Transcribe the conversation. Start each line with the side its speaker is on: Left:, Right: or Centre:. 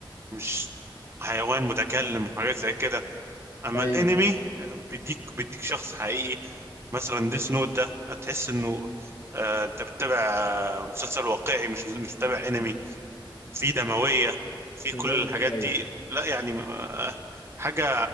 Right: مش حيوان متكلم وحاجات زي كده اما
Left: ايوه
Right: الانمي بيديك بيديك شخص حقيقي مثلا ديس نوت ده تحس انه آه انت بتتابع آه مسلسل واقعي مش مش بتتابع انمي في دموية في كل
Left: فهمتك
Right: الحاجات
Left: ايوه
Right: دي لا يعني آه حاجة